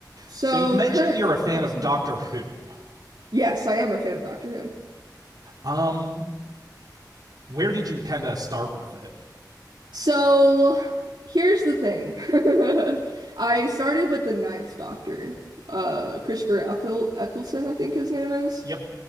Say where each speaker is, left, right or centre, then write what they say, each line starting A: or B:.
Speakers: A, on the right; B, on the right.
A: So
B: So you've mentioned
A: current,
B: you're a fan
A: oh,
B: of
A: sorry.
B: Doctor Who.
A: Yes, I am a fan of Doctor Who.
B: Um, where did you kind of start with it?
A: So here's the thing. <laughs> I started with the Ninth Doctor, uh, Christopher Eccl Eccleston, I think his name is.
B: Yep,